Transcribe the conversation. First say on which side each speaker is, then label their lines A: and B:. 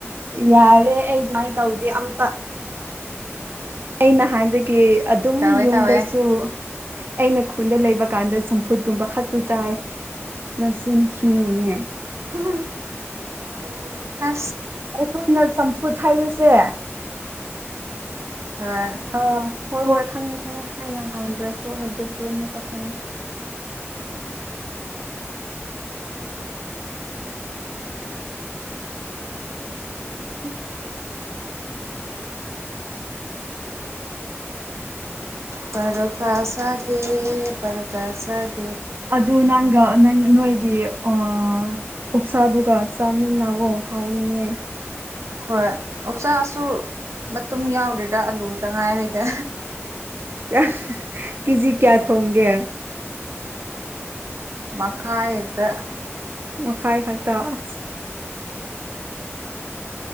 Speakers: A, on the right; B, on the right.
A: ꯌꯥꯔꯦ ꯑꯩ ꯑꯗꯨꯃꯥꯏꯅ ꯇꯧꯗꯦ ꯑꯝꯇ ꯑ ꯅ ꯍꯥꯟꯗꯒꯤ ꯑꯗꯨꯝ
B: ꯇꯧꯋꯦ
A: ꯌꯨꯝꯗꯁꯨ
B: ꯇꯧꯋꯦ
A: ꯑꯩꯅ ꯈꯨꯟꯗ ꯂꯩꯕꯀꯥꯟꯗ ꯆꯝꯐꯨꯠꯀꯨꯝꯕ ꯈꯛꯇ ꯆꯥꯏ ꯅꯁꯤꯤꯟ ꯊꯣꯅꯦ
B: <unintelligible> ꯑ
A: ꯑꯩꯈꯣꯏꯅ ꯆꯝꯐꯨꯠ ꯍꯥꯏꯕꯁꯦ
B: ꯍꯣꯏ
A: ꯑꯥ ꯍꯣꯏ ꯍꯣꯏ ꯈꯪꯉꯦ ꯈꯪꯉꯦ ꯍꯥꯏꯅ ꯍꯥꯎꯗ꯭ꯔꯁꯨ ꯍꯧꯖꯤꯛꯇꯤ ꯑꯃꯨꯛꯀ ꯈꯪꯉꯦ <inaudible> ꯎꯝ
B: ꯄꯔ ꯊꯁꯒꯦ ꯄꯔ ꯊꯁꯒꯦ
A: ꯑ ꯑꯗꯨ ꯅꯪ ꯅꯪ ꯅꯣꯏꯒꯤ ꯑꯣꯛꯁꯥꯗꯨꯒ ꯆꯥꯃꯤꯟꯅꯑꯣ ꯍꯥꯎꯅꯤꯌꯦ
B: ꯍꯣꯏ ꯑꯣꯛꯆꯥꯥꯁꯨ ꯃꯇꯨꯝ ꯌꯥꯎꯔꯤꯗ ꯑꯂꯨ ꯇꯉꯥꯏꯈꯗ
A: ꯀ ꯀꯖꯤ ꯀꯌꯥ ꯊ ꯍꯣꯡꯒꯦ
B: ꯃꯀꯥꯏꯇ
A: ꯃꯈꯥꯏ ꯍꯛꯇꯥꯁ